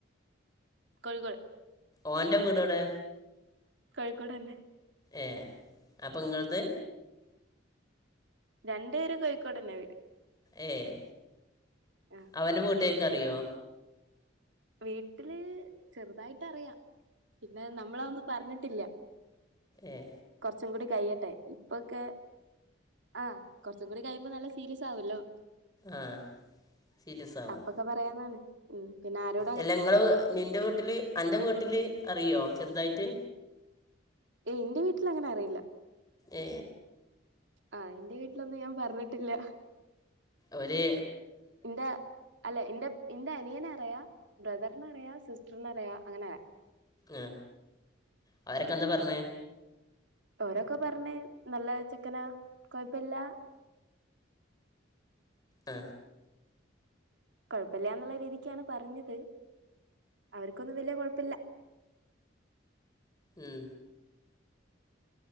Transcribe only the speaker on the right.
കഴികൾ
കോഴിക്കോട് തന്നെ
രണ്ടു പേരും കോഴിക്കോടന്നെ വീട്
ആ
വീട്ടില് ചെറുതായിട്ട് അറിയാം പിന്നെ നമ്മള ഒന്ന് പറഞ്ഞിട്ട് ട്ടില്ല
കുറച്ചും കൂടി കഴിയട്ടെ ഇപ്പൊക്കെ ആ കൊറച്ചും കൂടി കഴിയുമ്പോ നല്ല സീരിയസ് ആവല്ലോ
അപ്പൊക്കെ പറയാന്നാണ് ഉം പിന്നെ ആരോ
ഏ എൻ്റെ വീട്ടിൽ അങ്ങനെ അറിയില്ല
ആ എൻ്റെ വീട്ടിലൊന്നും ഞാൻ പറഞ്ഞിട്ടില്ല
എന്റെ അല്ലെ എന്റെ എന്റെ അനിയനെ അറിയ ബ്രദറിന അറിയാം സിസ്റ്ററിന അറിയ അങ്ങനെ അറിയാം
ഓരോക്കെ പറഞ്ഞേ നല്ല ചെക്കനാ കൊഴപ്പില്ല
കുഴപ്പില്ലന്നുള്ള രീതിക്കാണ് പറഞ്ഞത് അവർക്കൊന്നും വലിയ കൊഴപ്പില്ല